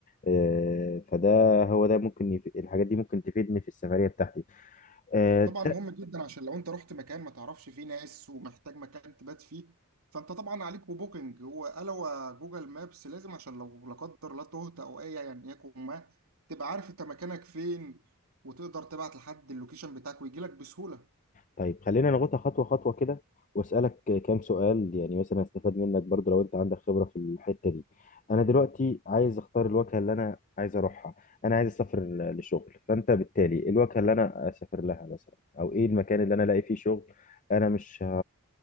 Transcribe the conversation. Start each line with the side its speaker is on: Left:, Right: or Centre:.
Left: آه، فده هو ده ممكن يف... الحاجات دي ممكن تفيدني في السفرية بتاعتي آه،
Right: طبعا مهم جدا عشان لو انت رحت مكان ما تعرفش فيه ناس ومحتاج مكان تبات فيه فانت طبعا عليك وبوكينج وقالوا جوجل مابس لازم عشان لو لا قدر الله تهت او اي يعني يكون ما تبقى عارف انت مكانك فين وتقدر تبعت لحد اللوكيشن بتاعك ويجي لك بسهولة
Left: طيب خلينا ناخدها خطوة خطوة كده واسألك كام سؤال يعني مثلا هستفاد منك برضو لو انت عندك خبرة في الحتة دي انا دلوقتي عايز اختار الوجهة اللي انا عايز اروحها انا عايز اسافر ل- لشغل فانت بالتالي الوجهة اللي انا اسافر لها مثلا او ايه المكان اللي انا الاقي فيه شغل انا مش ه...